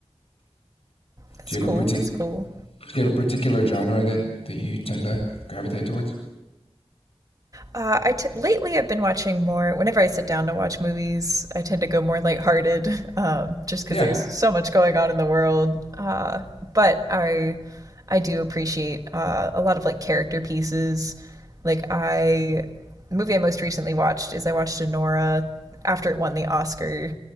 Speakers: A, on the right (about 35°); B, on the left (about 70°).
A: That's
B: Do you
A: cool.
B: have a partic-
A: That's cool.
B: Do you have a particular genre that that you tend to gravitate towards?
A: Uh, I t- lately I've been watching more. Whenever I sit down to watch movies, I tend to go more lighthearted, <laughs> um, just because
B: Yeah,
A: there's so much going on in the world. Uh, but I, I do appreciate uh, a lot of like character pieces. Like I, the movie I most recently watched is I watched Anora after it won the Oscar,